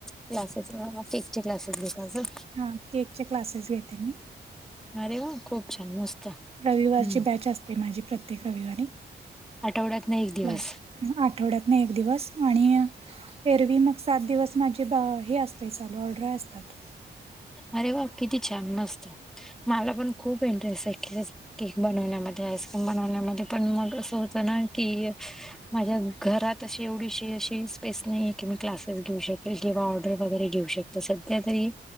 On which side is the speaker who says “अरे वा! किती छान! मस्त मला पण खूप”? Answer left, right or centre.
Centre